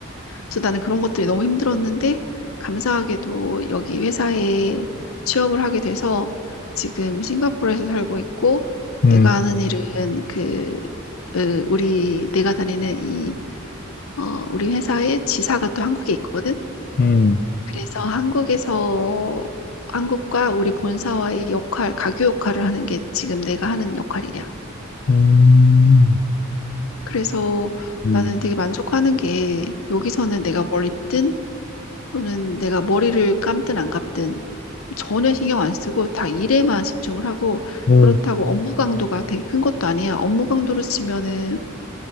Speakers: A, on the left; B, on the left.
A: 그래서 나는 그런 것들이 너무 힘들었는데, 감사하게도 여기 회사에 취업을 하게 돼서 지금 싱가포르에서 살고 있고,
B: 음,
A: 내가 하는 일은 그, 으, 우리, 내가 다니는 이 어, 우리 회사의 지사가 또 한국에 있거든.
B: 음,
A: 그래서 한국에서 한국과 우리 본사와의 역할, 가교 역할을 하는 게 지금 내가 하는 역할이야.
B: 음,
A: 그래서
B: 음,
A: 나는 되게 만족하는 게 여기서는 내가 뭘 입든 또는 내가 머리를 감든 안 감든 전혀 신경 안 쓰고 다 일에만 집중을 하고
B: 그렇구나.
A: 그렇다고 업무 강도가 되게 큰 것도 아니야. 업무 강도로 치면은